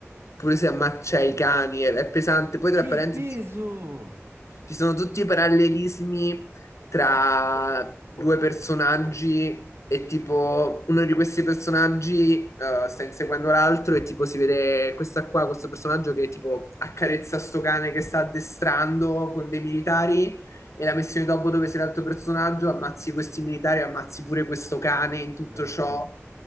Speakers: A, on the left; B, on the right.
A: pure se ammaccia i cani è, è pesante, poi tra
B: che
A: parentesi
B: peso!
A: Ci sono tutti i parallelismi tra due personaggi e tipo uno di questi personaggi eh, sta inseguendo l'altro e tipo si vede questa qua, questo personaggio che tipo accarezza sto cane che sta addestrando con dei militari e la missione dopo dove sei l'altro personaggio, ammazzi questi militari, ammazzi pure questo cane in tutto
B: No.
A: ciò.